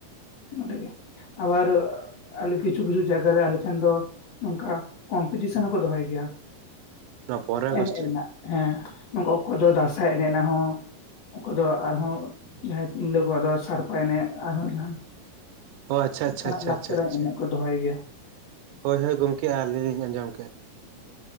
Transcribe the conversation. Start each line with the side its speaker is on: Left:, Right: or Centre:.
Left: ᱱᱚᱰᱮ ᱜᱮ ᱟᱵᱟᱨ ᱟᱞᱮ ᱠᱤᱪᱷᱩ ᱠᱤᱪᱷᱩ ᱡᱟᱭᱜᱟ ᱨᱮ ᱟᱞᱮ ᱴᱷᱮᱱ ᱫᱚ ᱱᱚᱝᱠᱟ ᱠᱚᱢᱯᱤᱴᱤᱥᱮᱱ ᱦᱚᱸᱠᱚ ᱫᱚᱦᱚᱭ ᱜᱮᱭᱟ
Right: ᱱᱚᱣᱟ ᱯᱚᱱᱨᱚᱭ ᱟᱜᱚᱥᱴ
Left: ᱮᱱᱮᱡ
Right: ᱨᱮ
Left: ᱨᱮᱱᱟᱜ ᱦᱮᱸ ᱱᱚᱝᱠᱟ ᱚᱠᱚᱭ ᱫᱚ ᱫᱟᱸᱥᱟᱭ ᱮᱱᱮᱡ ᱮᱱᱟ ᱦᱚᱸ ᱚᱠᱚᱭ ᱫᱚ ᱟᱨᱦᱚᱸ ᱡᱟᱦᱟᱸᱭ ᱛᱤᱨᱞᱟᱹ ᱠᱚᱣᱟᱜ ᱫᱚ ᱥᱟᱨᱯᱟ ᱮᱱᱮᱡ ᱟᱨᱦᱚᱸ ᱡᱟᱦᱟᱱ
Right: ᱚ ᱟᱪᱪᱷᱟ ᱟᱪᱪᱷᱟ
Left: ᱚᱱᱟᱜ
Right: ᱟᱪᱪᱷᱟ
Left: ᱞᱟᱠᱪᱟᱨ
Right: ᱟᱪᱪᱷᱟ ᱟᱪᱪᱷᱟ
Left: ᱮᱱᱮᱡ ᱠᱚ ᱫᱚᱦᱚᱭ ᱜᱮᱭᱟ
Right: ᱦᱳᱭ ᱦᱳᱭ ᱜᱚᱢᱠᱮ ᱟᱹᱞᱤᱧ ᱞᱤᱧ ᱟᱸᱡᱚᱢ ᱠᱮᱫᱼᱟ